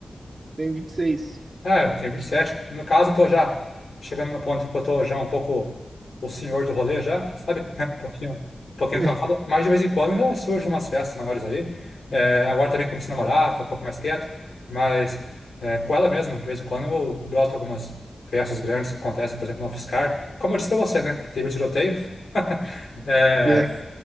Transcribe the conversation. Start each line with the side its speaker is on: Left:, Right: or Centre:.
Right: Eu tenho 26.
Left: É, eu tenho 27. E sete. E no caso, eu tô já chegando no ponto que eu tô já um pouco o senhor do rolê já, sabe? <laughs> Um pouquinho, um pouquinho
Right: <laughs>
Left: cansado. Mas de vez em quando ainda surgem umas festas maiores aí. É, agora também comecei a namorar, tô um pouco mais quieto. Mas é, com ela mesmo, de vez em quando eu, eu broto algumas festas grandes que acontecem, por exemplo, no Fiscar. Como eu disse pra você, né? Que teve o tiroteio. <laughs> É,
Right: É.